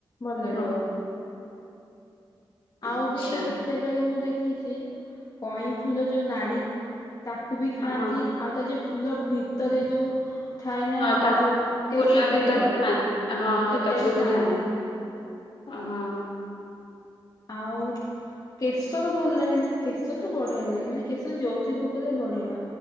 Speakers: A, on the left; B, on the left.
A: ଭଲ ଲାଗେ।
B: ଓ ଆଚ୍ଛା
A: ଆଉ ବି କେତେ ଜାଗାରେ ମୁଁ ଦେଖିଛି କଇଁ ଫୁଲ ଯୋଉ ନାଡି ତାକୁ ବି ଖାଆନ୍ତି
B: ହଁ
A: ଆଉ ତା ଯୋଉ ଫୁଲ ଭିତରେ ଯୋଉ ଥାଇ ନା
B: ହଁ
A: ଯୋଉ
B: ତାକୁଲା
A: କେଶ ଟାଇପ
B: ବି ତା
A: ର
B: ଖାଆନ୍ତି ହଁ ହଁ
A: ସେଟା
B: ତାକୁ ବି
A: ଖାଆନ୍ତି।
B: ଥାନ୍ତି ହଁ।
A: ଆଉ କେଶର ଭଲ ଲାଗେ ନା କେଶର ତ ବଢିଆ ଲାଗେ ମାନେ କେଶର ଯୋଉଥିରେ ପକେଇଲେ ବଢିଆ।